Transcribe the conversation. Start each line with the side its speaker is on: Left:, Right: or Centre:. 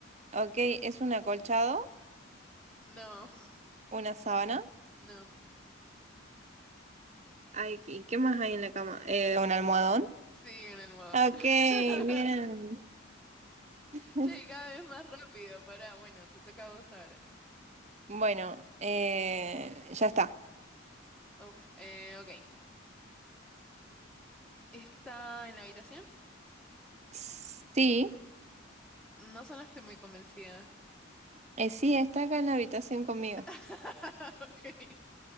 Right: ok, es un acolchado,
Centre: no,
Right: una sábana.
Centre: no.
Right: Ay, ¿y qué más hay en la cama? Eh, un almohadón.
Centre: Sí, un almohadón.
Right: Ok,
Centre: <laughs>
Right: bien. <laughs>
Centre: Che, cada vez más rápido. Pará, bueno, te toca a vos ahora.
Right: Bueno, eh, ya está.
Centre: Uf, eh, ok. ¿Está en la habitación?
Right: Sí,
Centre: No sonaste muy convencida.
Right: eh, sí, está acá en la habitación conmigo.
Centre: <laughs> Ok.